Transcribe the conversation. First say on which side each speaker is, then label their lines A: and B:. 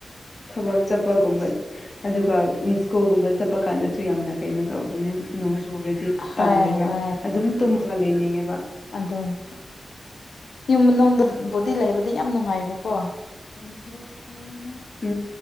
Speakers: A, on the left; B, on the left.
A: ꯊꯕꯛ ꯆꯠꯄꯒꯨꯝꯕ ꯑꯗꯨꯒ ꯎꯟꯁꯀꫭꯒꯨꯝꯕ ꯆꯠꯄ ꯀꯥꯟꯗꯁꯨ ꯌꯥꯝꯅ ꯀꯩꯅꯣ ꯇꯧꯕꯅꯦ ꯅꯣꯡꯆꯨꯔꯦ
B: ꯍꯣꯏ
A: ꯇꯜꯂꯦꯕ
B: ꯍꯣꯏ
A: ꯑꯗꯨꯝ ꯇꯨꯝꯃꯒ ꯂꯩꯅꯤꯡꯉꯦꯕ
B: ꯑꯗꯨꯅꯤ ꯌꯨꯝ ꯃꯅꯨꯡꯗ ꯕꯣꯗꯤ ꯂꯩꯕꯗꯤ ꯌꯥꯝ ꯅꯨꯡꯉꯥꯏꯕꯀꯣ
A: <inaudible>